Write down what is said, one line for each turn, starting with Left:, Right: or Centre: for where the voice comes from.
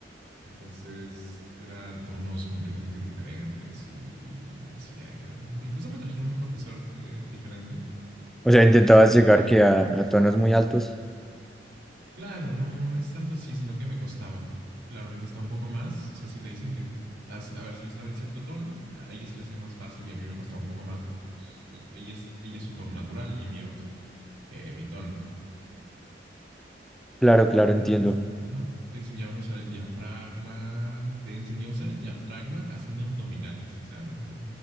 Right: Entonces eran tonos completamente diferentes y me decía que incluso me trajeron un profesor eh, diferente
Centre: O sea,
Right: para
Centre: intentabas
Right: que me enseñara
Centre: llegar
Right: directamente
Centre: que
Right: a mí.
Centre: a, a tonos muy altos.
Right: Claro, no, no es tanto así, sino que me costaba. Claro, me costaba un poco más. O sea, si te dicen que, as- a ver, si yo estaba en cierto tono, a ella se le hacía más fácil y a mí me costaba un poco más porque pues, ella ella es, ella es su tono natural y mío es eh, mi tono.
Centre: Claro, claro, entiendo.
Right: Pero te, ens- ajá, te enseñaban a usar el diafragma, te enseñó a usar el diafragma haciendo abdominales, o sea, me imagino.